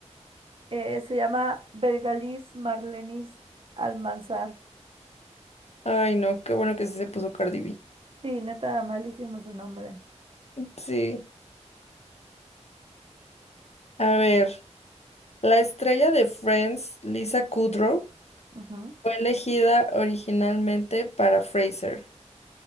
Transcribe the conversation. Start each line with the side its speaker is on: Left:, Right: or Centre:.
Right: Eh, se llama Bergalis Marlenis Almanzar.
Left: Ay, no, qué bueno que sí se puso Cardi B.
Right: Sí, neta, malísimo su nombre.
Left: Sí. A ver, la estrella de Friends, Lisa Kudrow,
Right: Ujú.
Left: fue elegida originalmente para Fraser.